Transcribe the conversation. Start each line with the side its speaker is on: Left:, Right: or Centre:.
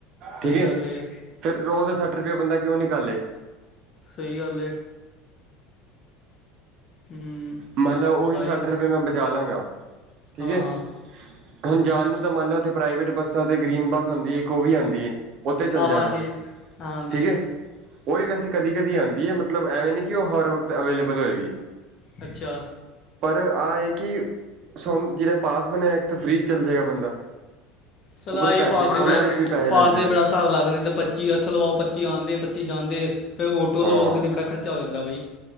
Left: ਸਈ
Right: ਠੀਕ ਹੈ
Left: ਗੱਲ ਏ।
Right: ਫਿਰ ਰੋਜ਼ ਡਾ ਸੱਠ ਰੁਪਏ ਬੰਦਾ ਕਿਉਂ ਨਿਕਾਲੇ।
Left: ਸਈ ਗੱਲ ਏ। ਹੂੰ
Right: ਮੰਨ ਲੈ ਓਹੀ
Left: ਭਾਈ
Right: ਸੱਠ ਰੁਪਏ ਮੈਂ ਬਚਾ ਲਾਂਗਾ ਠੀਕ
Left: ਹਾਂ
Right: ਏ।
Left: ਹਾਂ
Right: ਹੁਨ ਜਾਨ ਨੂੰ ਤਾਂ ਮੰਨ ਲੈ ਓਥੇ ਪ੍ਰਾਈਵੇਟ ਬੱਸਾਂ ਤੇ ਗ੍ਰੀਨ ਬੱਸ ਆਂਦੀ ਐ ਇੱਕ ਓ ਵੀ ਆਂਦੀ ਐ। ਓ ਤੇ ਚੱਲ
Left: ਆਹੋ
Right: ਜਾ
Left: ਆਉਂਦੀ
Right: ਮੈਂ
Left: ਹੈ ਹਾਂ ਆਉਂਦੀ
Right: ਠੀਕ
Left: ਹੈ
Right: ਏ। ਓ ਵੀ ਵੈਸੇ ਕਦੀ ਕਦੀ ਆਂਦੀ ਏ ਮਤਲਬ ਐਵੇਂ ਨਈ ਕਿ ਓ ਹਰ ਵਕਤ ਅਵੇਲੇਬਲ ਹੋਏਗੀ।
Left: ਅੱਛਾ।
Right: ਪਰ ਆਹ ਏ ਕਿ ਸੋਨ ਜੇੜਾ ਪਾਸ ਬਨਿਆ ਇੱਕ ਤੇ ਫ੍ਰਰੀ ਚ ਚੱਲ ਜੇਗਾ ਬੰਦਾ।
Left: ਚੱਲ
Right: ਉੱਪਰੋਂ
Left: ਆਹ ਹੀ ਪਾਸ
Right: ਉਹਨਾਂ
Left: ਦੇ ਪੈਸੇ,
Right: ਵਿੱਚ ਵੀ
Left: ਪਾਸ
Right: ਲੱਗਦੇ
Left: ਦਾ ਵੀ
Right: ਆ
Left: ਬੜਾ ਸਹਾਰਾ ਲਾਗਦੇਿੰਦੇ, ਪੱਚੀ ਹੱਥ ਲਵਾਓ, ਪੱਚੀ ਆਉਂਦੇ, ਪੱਚੀ ਜਾਂਦੇ, ਫਿਰ ਆਟੋ
Right: ਹਾਂ
Left: ਲਓ, ਅੱਗੇ ਦੀ ਬੜਾ ਖਰਚਾ ਹੋ ਜਾਂਦਾ ਬਾਈ।